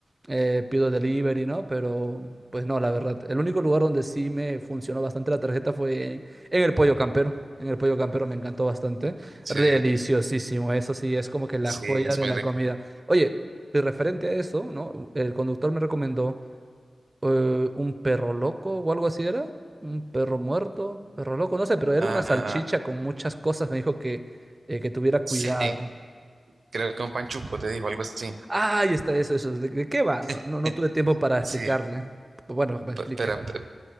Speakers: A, on the right; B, on the right.
A: eh, pido delivery, ¿no? Pero pues no, la verdad. El único lugar donde sí me funcionó bastante la tarjeta fue en el pollo campero. En el pollo campero me encantó bastante.
B: sí,
A: Deliciosísimo, eso sí, es como que la
B: sí,
A: joya
B: es
A: de
B: muy
A: la
B: rico.
A: comida. Oye, y referente a eso, ¿no? El conductor me recomendó eh, un perro loco o algo así era. Un perro muerto, perro loco, no sé, pero era
B: Ah,
A: una salchicha con muchas cosas. Me dijo que, eh, que tuviera
B: sí,
A: cuidado.
B: creo que un panchuco te dijo algo así.
A: Ahí está eso, eso. ¿De, de qué va? No, no,
B: <laughs>
A: no tuve tiempo para explicarle.
B: Sí,
A: Bueno, que me explique.
B: pe- pero Bueno, pe-